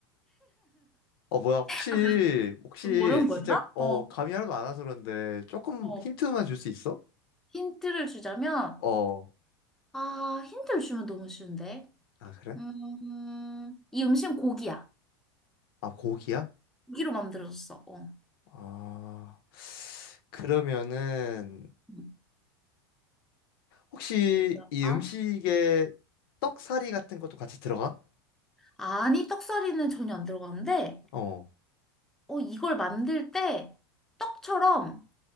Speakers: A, on the left; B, in the centre.
A: 어, 뭐야, 혹시,
B: 아, 그래?
A: 혹시,
B: 그럼 어려운 거였나?
A: 진짜, 어,
B: 어,
A: 감이 하나도 안 와서 그런데, 조금
B: 어.
A: 힌트만 줄 수 있어?
B: 힌트를 주자면,
A: 어,
B: 아, 힌트를 주면 너무 쉬운데.
A: 아, 그래?
B: 음, 이 음식은 고기야.
A: 아, 고기야?
B: 고기로 만들어졌어. 어.
A: 아, 그러면은,
B: 음.
A: 혹시
B: 아,
A: 이 음식에 떡사리 같은 것도 같이 들어가?
B: 아니, 떡사리는 전혀 안 들어가는데,
A: 어,
B: 어, 이걸 만들 때 떡처럼,